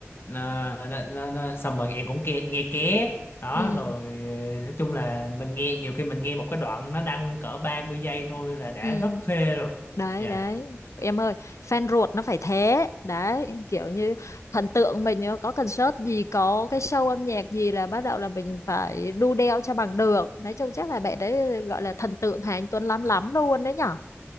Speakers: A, on the left (about 50°); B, on the left (about 85°).
A: nó, nó, nó, nó, xong rồi em cũng nghe, nghe ké đó
B: ừ
A: rồi ờ, nói chung là mình nghe nhiều khi mình nghe một cái đoạn nó đăng cỡ 30 giây thôi là đã
B: ừ
A: rất phê rồi
B: đấy
A: dạ
B: đấy em ơi fan ruột nó phải thế đấy kiểu như thần tượng mình á, có concert gì có cái show âm nhạc gì là bắt đầu là mình phải đu đeo cho bằng được nói chung chắc là bạn đấy gọi là thần tượng Hà Anh Tuấn lắm lắm luôn đấy nhở